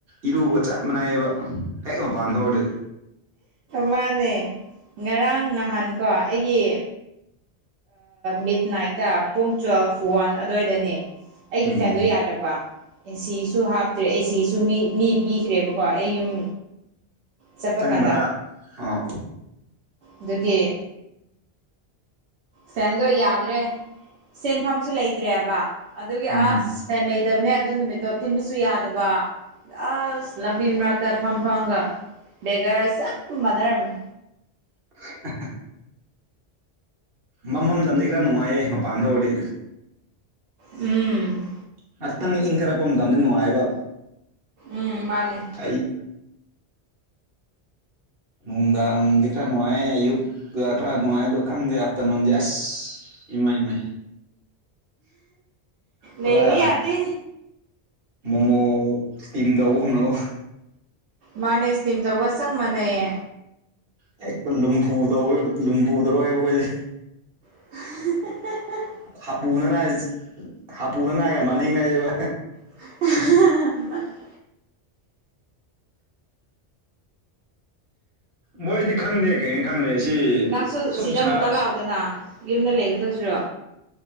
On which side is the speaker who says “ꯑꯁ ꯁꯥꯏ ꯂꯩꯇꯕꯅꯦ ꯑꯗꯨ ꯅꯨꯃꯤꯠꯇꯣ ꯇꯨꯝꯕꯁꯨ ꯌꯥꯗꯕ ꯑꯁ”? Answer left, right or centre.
Right